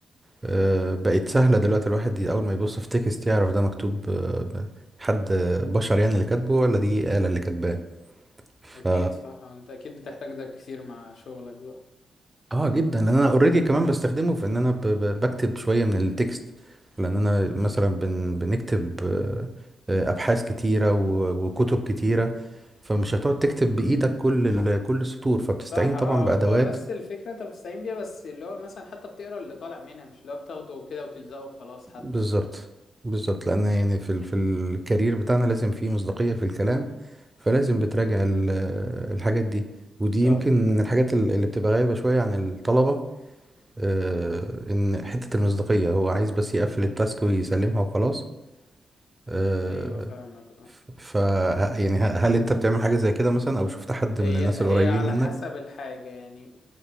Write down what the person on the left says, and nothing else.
اكيد صح انت اكيد بتحتاج ده كتير مع شغلك بقى
صح اه
هو بس الفكرة انت بتستعين بيها بس اللي هو مثلا حتى بتقرا اللي طالع منها مش اللي هو بتاخده كده وتلزقه وخلاص حتى
ف...
آه.
صح
ايوه فاهمك اه
هي
هي على
حسب الحاجة يعني